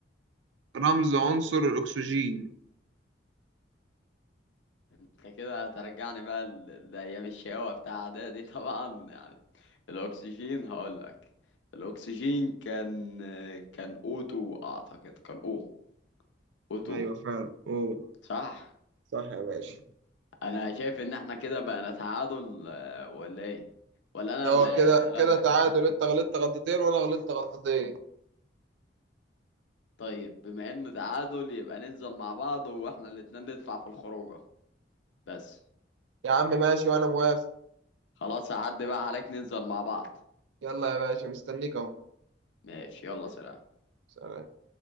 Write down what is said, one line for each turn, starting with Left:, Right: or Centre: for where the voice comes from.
Right: رمز عنصر الاكسجين
Left: انت كده هترجعني بقى ل- لايام الشقاوة بتاع اعدادي <laughs> طبعا يعني الاكسجين هقول لك الاكسجين كان كان اوتو اعتقد كان او اوتو
Right: ايوه فعلا اوه
Left: صح
Right: صح يا باشا
Left: انا شايف ان احنا كده بقى نتعادل آه، ولا ايه ولا انا
Right: هو
Left: اللي
Right: كده
Left: اللي غلبك
Right: كده تعادل انت غلطت غلطتين وانا غلطت غلطتين
Left: طيب بما انه تعادل يبقى ننزل مع بعض واحنا الاتنين ندفع في الخروجه بس
Right: يا عم ماشي وانا موافق
Left: خلاص هعدي بقى عليك ننزل مع بعض
Right: يلا يا باشا مستنيك اهو
Left: ماشي يلا سلام
Right: سلام.